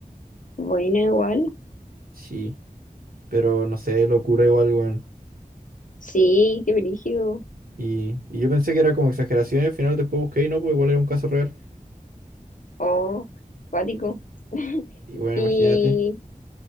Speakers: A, on the left; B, on the right.
A: Bueno, igual.
B: Sí, pero no sé, locura igual, weón.
A: Sí, qué brígido.
B: Y, y yo pensé que era como exageración y al final después busqué y no, pues igual era un caso real.
A: Oh, cuático. <laughs>
B: Y bueno,
A: ¿Y,
B: imagínate.